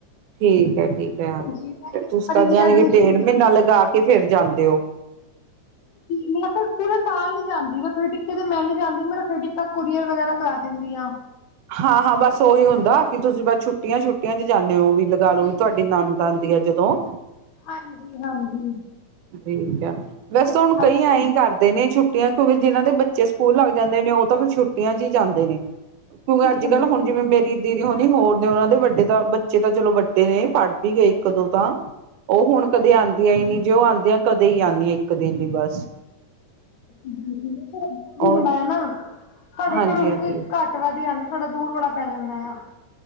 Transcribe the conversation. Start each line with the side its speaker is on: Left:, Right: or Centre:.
Right: ਠੀਕ ਐ ਠੀਕ ਐ
Left: ਜੀ ਮੈਂ
Right: ਤੇ
Left: ਇਸ
Right: ਤੁਸੀਂ
Left: ਵਾਰ
Right: ਤਾਂ
Left: ਹੀ
Right: ਜਾਣੀ
Left: ਐਡਮਿਸ਼ਨ
Right: ਕਿ ਡੇਢ
Left: ਕਰਾਇਆ
Right: ਮਹੀਨਾ ਲਗਾ ਕੇ ਫੇਰ ਜਾਂਦੇ ਓ।
Left: ਮੈਂ ਮਤਲਬ ਪੂਰੇ ਸਾਲ ਨੀ ਜਾਂਦੀ <unintelligible> ਟਿੱਕੇ ਤੇ ਮੈਂ ਨੀ ਜਾਂਦੀ ਮੈਂ ਰੱਖੜੀ ਟਿੱਕਾ ਕੁੜੀਆਂ ਵਗੈਰਾ ਕਰਾ ਦਿੰਦੀ ਆ।
Right: ਹਾਂ ਹਾਂ ਬਸ ਉਹੀ ਹੁੰਦਾ ਕਿ ਤੁਸੀਂ ਬਸ ਛੁੱਟੀਆਂ ਛੁੱਟੀਆਂ ਚ ਜਾਂਦੇ ਹੋ ਵੀ। ਲਗਾਲੋ
Left: ਜੀ
Right: ਵੀ ਤੁਹਾਡੀ
Left: ਜੀ
Right: ਨਣਦ ਆਂਦੀ ਐ ਜਦੋਂ।
Left: ਹਾਂਜੀ ਹਾਂਜੀ।
Right: ਠੀਕ ਆ ਵੈਸੇ ਤਾਂ
Left: ਇਸ
Right: ਹੁਣ
Left: ਕਰਕੇ
Right: ਕਈ ਐਂਈ ਕਰਦੇ ਨੇ ਛੁੱਟੀ। ਯ ਤੇ ਹੋਵੇ ਛੁੱਟੀਆਂ ਕਿਉਂਕਿ ਜਿਨਾਂ ਦੇ ਬੱਚੇ ਸਕੂਲ ਲੱਗ ਜਾਂਦੇ ਨੇ ਉਹ ਤਾਂ ਫਿਰ ਛੁਟੀਆਂ ਚ ਹੀ ਜਾਂਦੇ ਨੇ ਕਿਉਂਕਿ
Left: ਬਿਲਕੁਲ
Right: ਅੱਜ ਕੱਲ੍ਹ
Left: ਬਿਲਕੁਲ
Right: ਹੁਣ ਜਿਵੇਂ ਮੇਰੀ ਦੀਦੀ ਹੋਣੀ ਹੋਰ ਨੇ ਉਹਨਾਂ ਦੇ ਵੱਡੇ ਤਾਂ ਬੱਚੇ ਤਾਂ ਚਲੋ ਵੱਡੇ ਨੇ ਪੜ੍ਹ ਵੀ ਗਏ ਇੱਕ ਦੋ ਤਾਂ ਉਹ ਹੁਣ ਕਦੇ ਆਉਂਦੀਆਂ ਹੀ ਨਹੀਂ ਜੇ ਉਹ ਆਉਂਦੇ ਆ ਕਦੇ ਹੀ ਆਉਂਦੀਆਂ ਇੱਕ ਦਿਨ ਲਈ ਬਸ
Left: ਬਿਲਕੁਲ ਵੀ
Right: ਉਹ
Left: ਰਲਾ ਨਾ ਸਾਡੇ
Right: ਹਾਂਜੀ
Left: ਘਰੋਂ ਵੀ
Right: ਹਾਂਜੀ
Left: ਕੋਈ ਘੱਟ ਅੱਤਵਾਦੀਆ ਨੂੰ ਸਾਡਾ ਦੂਰ ਬੜਾ ਪੈ ਜਾਂਦਾ ਆ